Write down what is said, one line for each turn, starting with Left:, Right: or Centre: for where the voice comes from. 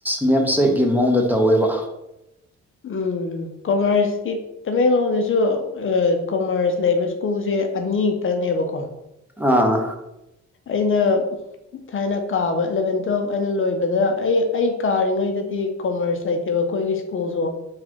Centre: ꯅꯦꯝꯁꯦꯛꯀꯤ ꯃꯑꯣꯡꯗ ꯇꯧꯋꯦꯕ꯫
Left: ꯎꯝ ꯀꯃ꯭ꯔꯁꯀꯤ ꯇꯃꯦꯡꯂꯣꯡꯗꯁꯨ ꯑ ꯀꯃ꯭ꯔꯁ ꯂꯩꯕ ꯁ꯭ꯀꯨꯜꯁꯦ ꯑꯅꯤ ꯈꯛꯇꯅꯦꯕꯀꯣ
Centre: ꯑꯥ
Left: ꯑꯩꯅ ꯊꯥꯏꯅ ꯀꯥꯕ ꯑꯦꯂꯚꯦꯟ ꯇꯨꯋꯦꯜꯄ ꯑꯩꯅ ꯂꯣꯏꯕꯗ ꯑꯩ ꯑꯩ ꯀꯥꯔꯤꯉꯩꯗꯗꯤ ꯀꯣꯃ꯭ꯔꯁ ꯂꯩꯇꯦꯕ ꯑꯩꯈꯣꯏꯒꯤ ꯁ꯭ꯀꯨꯜꯁꯨ